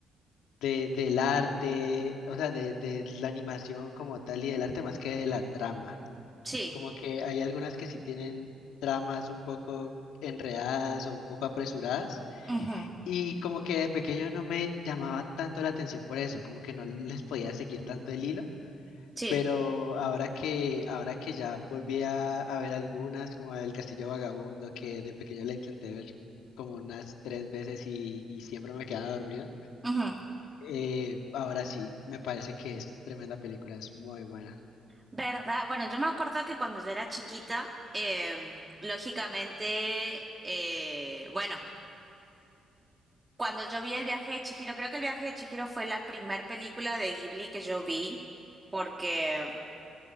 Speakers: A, on the left; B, on the right.
A: de- del arte, o sea, de, de la animación como tal y del arte más que de la trama.
B: Sí,
A: Como que hay algunas que sí tienen tramas un poco enredadas o un poco apresuradas
B: ujú,
A: Y como que de pequeño no me llamaban tanto la atención por eso, como que no les podía seguir tanto el hilo,
B: sí.
A: pero ahora que, ahora que ya volví a, a ver algunas, como El Castillo Vagabundo, que de pequeño la intenté ver como unas tres veces y, y siempre me quedaba dormido,
B: Ujú,
A: eh, ahora sí me parece que es tremenda película, es muy buena.
B: ¿Verdad? Bueno, yo me acuerdo que cuando yo era chiquita, em, lógicamente, eh, bueno. Cuando yo vi el viaje de Chihiro, creo que el viaje de Chihiro fue la primer película de Ghibli que yo vi, porque